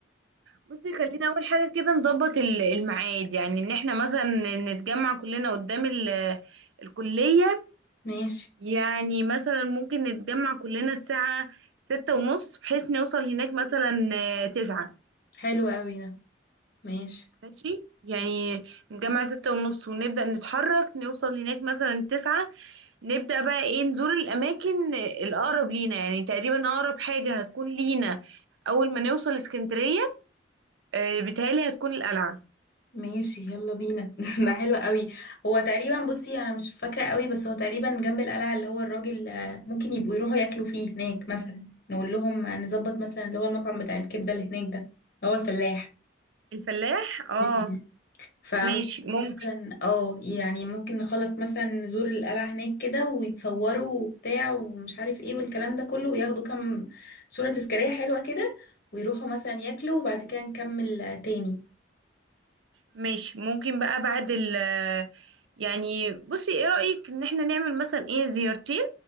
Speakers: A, on the right (about 80°); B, on the left (about 55°).
A: بصي خلينا أول حاجة كده نظبط ال- الميعاد يعني إن احنا مثلا نتجمع كلنا قدام ال- الكلية
B: ماشي
A: يعني مثلا ممكن نتجمع كلنا الساعة ستة ونص بحيث نوصل هناك مثلا آه، تسعة
B: حلو قوي ده ماشي
A: ماشي يعني نجمع ستة ونص ونبدأ نتحرك نوصل هناك مثلا تسعة نبدأ بقى ايه نزور الأماكن الأقرب لينا يعني تقريبا أقرب حاجة هتكون لينا أول ما نوصل اسكندرية آه، بيتهيألي هتكون القلعة
B: ماشي يلا بينا <laughs> ده حلو قوي هو تقريبا بصي انا مش فاكره قوي بس هو تقريبا جنب القلعه اللي هو الراجل آه، ممكن يبقوا يروحوا ياكلوا فيه هناك مثلا نقول لهم نظبط مثلا اللي هو المطعم بتاع الكبده اللي هناك ده اللي هو الفلاح
A: الفلاح اه
B: مم. فممكن
A: ماشي ممكن
B: مثلا اه يعني ممكن نخلص مثلا نزور القلعة هناك كده ويتصوروا وبتاع ومش عارف ايه والكلام ده كله وياخدوا كام صورة تذكارية حلوة كده ويروحوا مثلا ياكلوا وبعد كده نكمل آه، تاني
A: ماشي ممكن بقى بعد ال يعني بصي ايه رأيك ان احنا نعمل مثلا ايه زيارتين